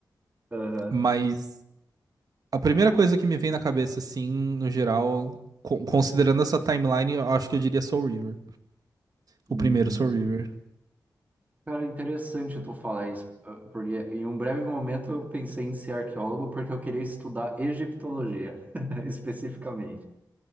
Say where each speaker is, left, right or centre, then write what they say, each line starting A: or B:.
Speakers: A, on the right (about 20°); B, on the right (about 60°).
A: Aham.
B: Mas a primeira coisa que me vem na cabeça, assim, no geral, co- considerando essa timeline, eu acho que eu diria Soul River.
A: Uhum.
B: O primeiro Soul River.
A: Cara, interessante tu falar isso, ah, porque em um breve momento eu pensei em ser arqueólogo porque eu queria estudar egiptologia, <laughs> especificamente.